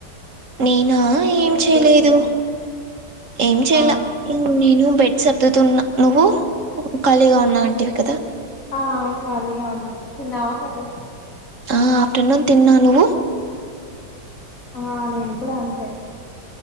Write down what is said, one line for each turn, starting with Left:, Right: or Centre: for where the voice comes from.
Right: నేనా
Left: నువ్వేం
Right: ఏం చేయలేదు
Left: చేస్తున్నావ్
Right: ఏం చేయ
Left: ఆ
Right: నేను బెడ్దు సా తున్నా నువ్వు ఖాళీగా ఉన్నావంటంటివి కదా
Left: ఆ ఖాళీగా ఉన్నాయి తిన్నావా మరి
Right: ఆ తిన్న తిన్నాన్నా నువ్వు
Left: ఆ నేను కూడా అంతే